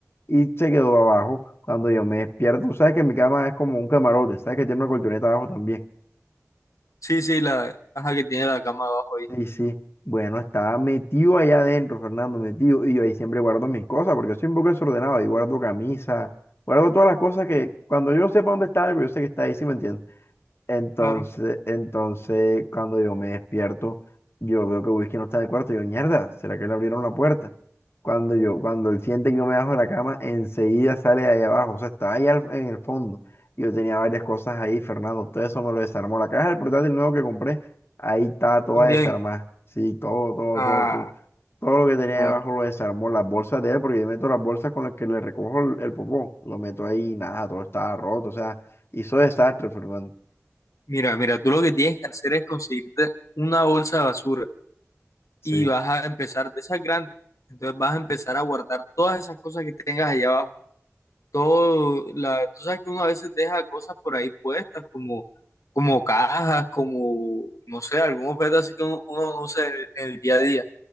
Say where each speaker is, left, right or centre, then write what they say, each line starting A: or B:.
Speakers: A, on the left; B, on the left.
A: Y se quedó abajo. Cuando yo me despierto, tú sabes que mi cama es como un camarote, sabes que tiene una colchoneta abajo también.
B: Sí, sí, la caja que tiene la cama abajo ahí.
A: Y sí, bueno, estaba metido allá adentro, Fernando, metido. Y yo ahí siempre guardo mis cosas, porque soy un poco desordenado. Ahí guardo camisa, guardo todas las cosas que cuando yo sepa dónde está algo, yo sé que está ahí, ¿sí me entiendes? Entonces,
B: Claro.
A: entonces, cuando yo me despierto, yo veo que Whisky no está en el cuarto. Yo, mierda, ¿será que le abrieron la puerta? Cuando yo, cuando él siente que yo me bajo de la cama, enseguida sale de ahí abajo. O sea, estaba ahí al- en el fondo. Yo tenía varias cosas ahí, Fernando. Todo eso me lo desarmó. La caja del portátil nuevo que compré, ahí está toda
B: También.
A: desarmada. Sí, todo, todo,
B: Ah,
A: todo, todo. Todo lo que tenía
B: no.
A: ahí abajo lo desarmó. Las bolsas de él, porque yo meto las bolsas con las que le recojo el, el popó. Lo meto ahí y nada, todo estaba roto. O sea, hizo desastre, Fernando.
B: Mira, mira, tú lo que tienes que hacer es conseguirte una bolsa de basura.
A: Sí,
B: y vas a empezar de esas grandes. Entonces vas a empezar a guardar todas esas cosas que tengas allá abajo. Todo, la, tú sabes que uno a veces deja cosas por ahí puestas, como, como cajas, como, no sé, algún objeto así que uno, uno no usa en el, en el día a día.